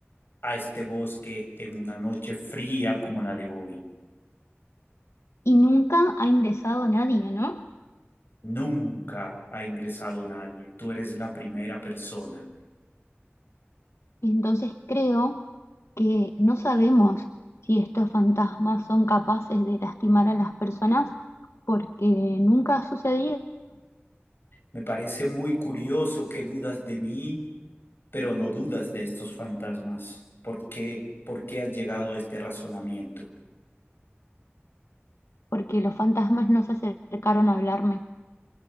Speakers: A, on the left (about 55°); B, on the left (about 85°).
A: a este bosque en una noche fría como la de hoy.
B: y nunca ha ingresado nadie, ¿no?
A: Nunca ha ingresado nadie. Tú eres la primera persona.
B: Entonces creo que no sabemos si estos fantasmas son capaces de lastimar a las personas porque nunca ha sucedido,
A: Me parece muy curioso que dudas de mí, pero no dudas de estos fantasmas. ¿Por qué? ¿Por qué has llegado a este razonamiento?
B: porque los fantasmas no se acercaron a hablarme.